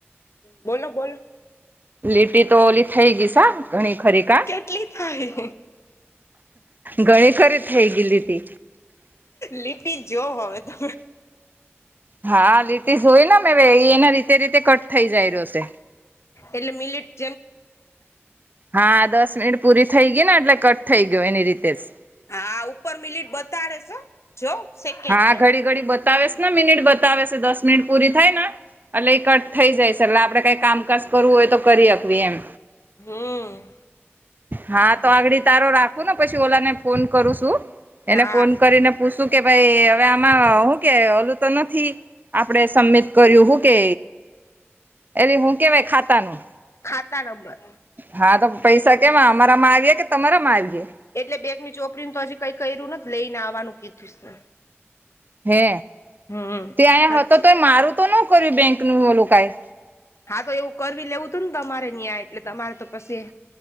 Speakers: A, on the left (about 85°); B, on the right (about 45°).
A: બોલો બોલો
B: લીટી તો ઓલી થઈ ગઈ સા ઘણી ખરી કા
A: કેટલી થઈ
B: ઘણી ખરી થઈ ગયેલી તે
A: લિપિ જોવ હવે તો
B: હા લીટીસ હોય ને હવે એ એના રીતે રીતે કટ થઈ જાય રહ્યો છે
A: એટલે મિલેટ
B: હા દસ મિનિટ પૂરી થઈ ગઈ ને એટલે કટ થઈ ગયો એની રીતે જ
A: હા ઉપર મિલિટ બતાડ છે. જો સેકન્ડ
B: હા ઘડી ઘડી બતાવેસ ને મિનિટ બતાવે છે દસ મિનિટ પૂરી થાય ને એટલે ઇ કટ થઈ જાય છે એટલે આપડે કઈ કામકાજ કરવું હોય તો કરી હાંકવી એમ
A: હમ્મ
B: હા તો આગડી તારો રાખું ને પછી ઓલા ને ફોન કરું છું એને
A: હા
B: ફોન કરીને હ શું કે ભાઈ હવે આમાં હું કે ઓલું તો નથી આપડે સબમિટ કર્યું હું કે એલે હું કેવાય ખાતાનું
A: ખાતા નંબર
B: હા તો પૈસા કેમાં અમારા માં આવીયા કે તમારા માં આવીયા
A: એટલે બેગ ની ચોપડી તો હજી કઈ કર્યું નથી લઈ ને આવવાનું કીધું છે
B: હે
A: હમ
B: ત્યા
A: હજી
B: હતો તો મારું તો નો કર્યું બેંક નું ઓલું કાય
A: હા તો એવું કરવી લેવું હતું ને તમારે ન્યાઆ એટલે તમારે તો પછી